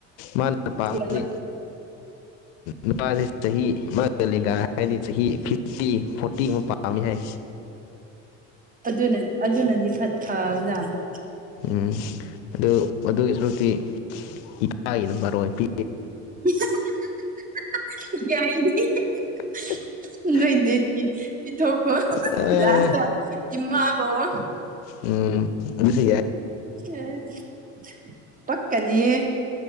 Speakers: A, on the left; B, on the right.
A: ꯃꯥꯅ ꯄꯥꯝꯕꯗꯤ
B: ꯊꯤꯍꯜꯂꯣ
A: ꯅꯨꯄꯥꯁꯦ ꯆꯍꯤ ꯃꯒ ꯂꯦꯡꯒ ꯍꯥꯏꯔꯗꯤ ꯆꯍꯤ ꯐꯤꯞꯇꯤ ꯐꯣꯔ ꯐꯣꯔꯇꯤꯄꯥꯝꯃꯤ ꯍꯥꯏ
B: ꯑꯗꯨꯅꯗꯤ ꯑꯗꯨꯅꯗꯤ ꯐꯠꯐꯕꯖꯥꯠꯅꯤ
A: ꯎꯝ ꯑꯗꯨ ꯑꯗꯨꯒꯤ ꯁꯔꯨꯛꯇꯤ ꯏꯄꯥꯒꯤ ꯅꯥꯝꯕꯔ ꯑꯣꯏꯅ ꯄꯤ
B: ꯏꯍꯥ ꯍꯥ ꯍꯥ ꯍꯥ ꯌꯥꯏꯅꯦꯗꯤ
A: <unintelligible>
B: ꯅꯣꯏ ꯗꯦꯠꯀꯤ ꯄꯤꯊꯣꯛꯈꯣ
A: ꯑ
B: ꯂꯥꯁꯇ ꯏꯃꯥ ꯀꯧꯋꯣ
A: ꯎꯝ ꯑꯗꯨꯁꯨ ꯌ
B: <unintelligible> ꯄꯛꯀꯅꯤꯌꯦ